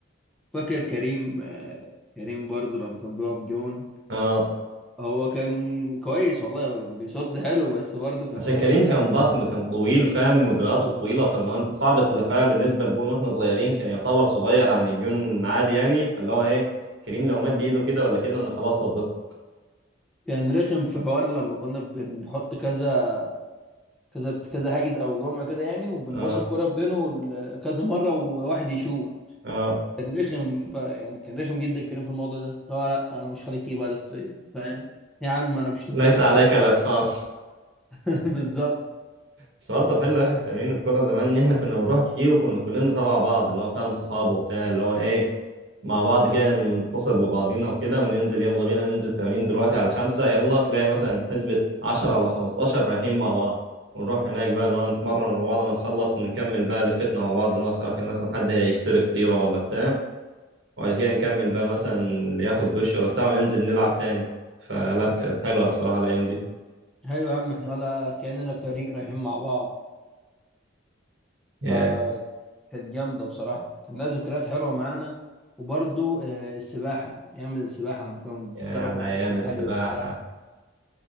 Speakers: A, in the centre; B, on the right (about 65°).
A: فاكر كريم آه، كريم برضو لما كان بيقف جون
B: <laughs> اه
A: هو كان كويس والله هو بيصد حلو بس برضه كان
B: عشان
A: كله
B: كريم
A: يقول لك
B: كان
A: يا عم
B: ضخم كان طويل فاهم مدرياته طويله فاللي هو انت صعب تلفها بالنسبه لجون واحنا صغيرين كان يعتبر صغير عن الجون عادي يعني فاللي هو ايه كريم لو مد ايده كده ولا كده انا خلاص صديتها
A: كان رخم في حوار لما كنا بنحط كذا كذا كذا حاجز او جمله كده يعني وبنباص
B: اه
A: الكرة بينه ل- كذا مرة وواحد يشوط
B: اه
A: كان رخم ف- يعني كان رخم جدا كريم في الموضوع ده اللي هو لا انا مش خليك تيجي بعد فيا فاهم يا عم انا بشوط الكوره
B: ليس
A: بالعافيه
B: عليك الاتقان
A: <laughs> بالظبط
B: بس برضه الحلو يا اخي في تمرين الكوره زمان ان احنا كنا بنروح كتير وكنا كلنا تبع بعض اللي هو فاهم صحاب وبتاع اللي هو ايه مع بعض كده نتصل ببعضينا وكده وننزل يلا بينا ننزل تمرين دلوقتي على خمسة يلا تلاقي مثلا حسبة عشرة ولا خمستاشر رايحين مع بعض ونروح هناك بقى اللي هو نتمرن مع بعض ما نخلص نكمل بقى لفتنا مع بعض اللي هو سواء كان مثلا حد هيشتري فطيرة ولا بتاع وبعد كده نكمل بقى مثلا اللي ياخد دش ولا بتاع وننزل نلعب تاني فلا كانت حلوة بصراحة الأيام دي
A: ايوه يا عم احنا ولا كاننا فريق رايحين مع بعض
B: يا
A: ف كانت جامده بصراحه كان لها ذكريات حلوه معانا وبرضو آه، السباحه ايام السباحه لما كنا بنتدرب
B: يا على
A: مع
B: أيام
A: كابتن
B: السباحة
A: علي وبتاع